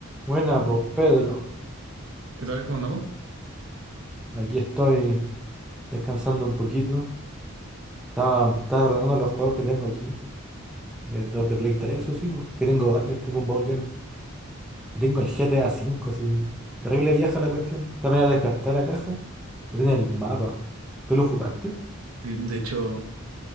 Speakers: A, in the centre; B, on the right (about 70°).
A: Buena, pues Pedro,
B: ¿Qué tal? ¿Cómo andamos?
A: aquí estoy descansando un poquito. Estaba, estaba ordenando los juegos que tengo aquí, de, de de Play 3, eso sí, po, que tengo varios, tengo un baúl lleno. Y tengo el GTA V, sí. Terrible vieja la cuestión. Está media desgastada la caja, pero tiene el mapa. ¿Tú lo jugaste?
B: Sí, De hecho,